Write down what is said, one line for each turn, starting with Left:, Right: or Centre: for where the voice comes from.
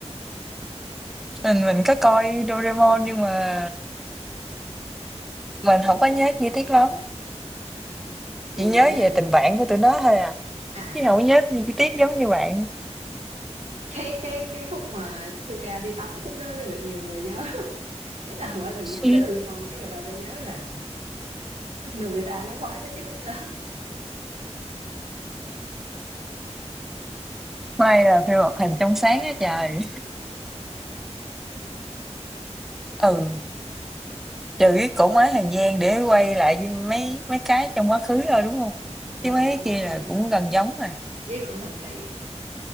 Centre: mình mình có coi Doraemon nhưng mà mình không có nhớ chi tiết lắm
Right: vậy
Centre: chỉ nhớ
Right: bạn nhớ
Centre: về tình bạn của tụi nó thôi à
Right: à
Centre: chứ không có nhớ chi chi tiết giống như bạn
Right: cái cái cái khúc mà Suka đi tắm khúc đó được nhiều người nhớ <laughs> ý là mỗi lần nhắc
Centre: Ừ.
Right: tới Doraemon cái người ta sẽ nhớ là Nobita nó khoái với cái khúc đó
Centre: may là phim hoạt hình trong sáng á trời ừ
Right: ừ,
Centre: trừ cái cổ máy thời gian để quay lại với mấy mấy cái trong quá khứ thôi đúng không
Right: ừ
Centre: chứ mấy cái
Right: cũng có
Centre: kia
Right: thời
Centre: là
Right: gian
Centre: cũng gần giống mà
Right: với của thần kỳ